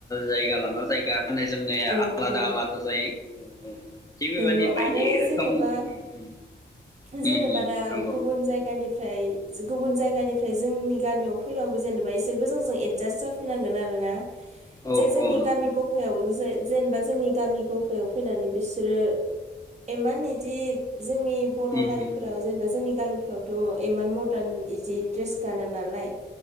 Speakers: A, on the left; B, on the right.
A: जायगा लाना जायगा। गाननाय जोमनाया
B: औ
A: आलादा
B: औ
A: आलादा जायो औ औ थिग बेबायदि
B: नंगौ
A: बायदि
B: आरो जेनेबा
A: रोखोम। उम
B: जेनेबा
A: उम उम
B: दा
A: नंगौ
B: गुबुन जायगानिफ ओमफ्राय जो गुबुन जायगानिफ्राय जोंनि गामियाव फैबाबो जेनेबा इसोरबो जोंजों एडजास्ट जाफैनांगोन आरो ना।
A: औ
B: जे जोंनि
A: औ नंगौ
B: गामि गफायाव जे। जेनेबा जोंनि गामि गफायाव फैनानै बिसोरो एमान बिदि जोंनि। बर'
A: उम
B: हारिफोराव
A: उम
B: जेनेबा जोंनि। गामिफ्रावथ' इमान मदार्न बिदि दड्रेस गाना नालाय।